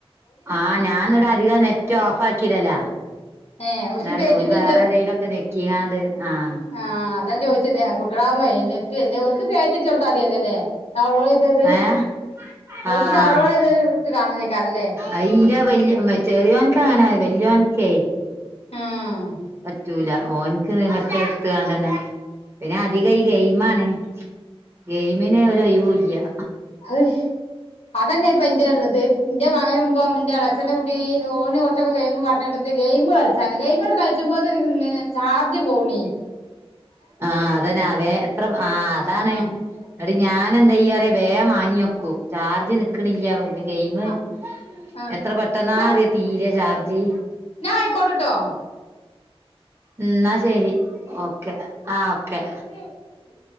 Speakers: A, on the right; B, on the left.
A: ആഹ് ഞാനിട അധികം നെറ്റ് ഓഫ് ആക്കിടല
B: ഏഹ് ഓൽക്ക്
A: എന്നാല്
B: കേറ്റിട്ടത്
A: ഓല് വേറെതയിലൊക്കെ നെക്കിയാണ്ട് ആഹ്
B: ആഹ് അതാ ഞാൻ ചോദിച്ചത് കുട്ടളാകൂമ്പോ നെറ്റ് ഇല്ലേ ഓൽക്ക് കേറ്റി വെച്ച് കൊടുത്താൽ മതിയല്ലല്ലേ ഡൗൺലോഡ് ചെയ്ത് ത്
A: ഏഹ്
B: ഓൽക്ക്
A: ആഹ്
B: ഡൗൺലോഡ് ചെയ്ത് ഇട്ട് കാണല് അയ്ക്കാരല്ലേ
A: അയിന്റെ വല്യ ചെറിയോൻക്ക അങ്ങനെ വല്യോൻക്കേ
B: ആഹ്
A: പറ്റൂല ഓൻക്ക് മറ്റേ എടുത്ത് കാണ്ടന്നെ പിന്നെ അധികം ഈ ഗെയിം ആണ് ഗെയിമിന് ഒരു ഒഴിവുല്ല്യാ
B: അഹ് അത് തന്നെ ഇപ്പ ന്റെ ഇള്ളത് ന്റെ മകനും ഇപ്പം ന്റെ എള ച്ഛ്ന്റെ കുട്ടി ഓന് കുറച്ചൊക്കെ ഗെയിമ് പറഞ്ഞടുത്തിട്ട് ഗെയിമ് കളിച്ചാണ് ഗെയിമ് കളിച്ച്മ്പൊ ത്തിനു ചാർജ് പോവുണ്ണി
A: ആഹ് അതാ ഞാൻ വേ അത്ര ആഹ് അതാണ്
B: ആഹ്
A: എന്നിട്ട് ഞാൻ എന്താ ചെയ്യാറിയൊ വേഗം വാങ്ങി വെക്കും ചാർജ് നിക്കണില്ല ഗെയിമ്
B: ആഹ് ആഹ്
A: എത്ര പെട്ടെന്നാ
B: ന്നാ
A: അറിയോ തീര ചാർജ്
B: ന്നാ ആയിക്കോട്ടട്ടോ
A: ഉം എന്നാ ശരി ഓക്കെ ആഹ് ഓക്കേ
B: <unintelligible>